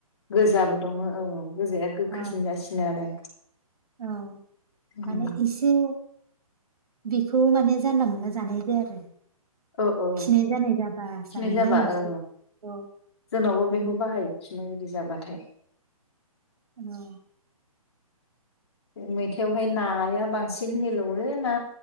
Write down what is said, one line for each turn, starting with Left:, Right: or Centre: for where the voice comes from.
Left: गोजाबो दङ औ गोजाया गोखैसिन
Right: औ
Left: जासिनो आरो
Right: औ
Left: उम
Right: माने इसे बेखौ माने जानला मोनला जानाय जाया आरो
Left: औ औ
Right: खिनाय जानाय जाबा
Left: खिनाय
Right: जायोना
Left: जाबा
Right: मोनसे
Left: औ
Right: औ
Left: जोंनावबो
Right: बे
Left: बेखौ
Right: मै-
Left: बाहायो खिनाय <unintelligible> जाबाथाय
Right: औ
Left: मैथायावहाय नाया बांसिन मिलौ ना